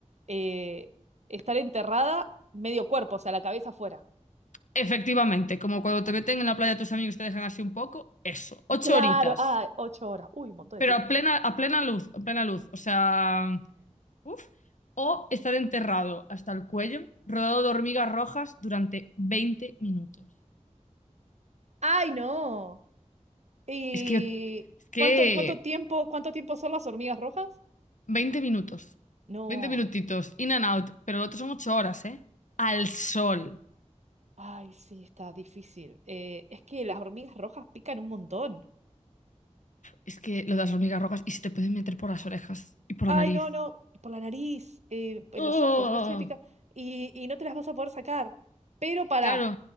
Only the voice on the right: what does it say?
eh, estar enterrada medio cuerpo, o sea, la cabeza afuera.
Ah,
Claro,
ah, ocho horas. Uy, un montón
de tiempo.
¡Ay, no! ¿Y
cuánto, cuánto tiempo, cuánto tiempo son las hormigas rojas?
No.
Ay, sí, está difícil. Eh, es que las hormigas rojas pican un montón.
Ay,
no, no, por la nariz, eh, en
los ojos, a ver si me pica. Y, y no te las vas a poder sacar. Pero pará,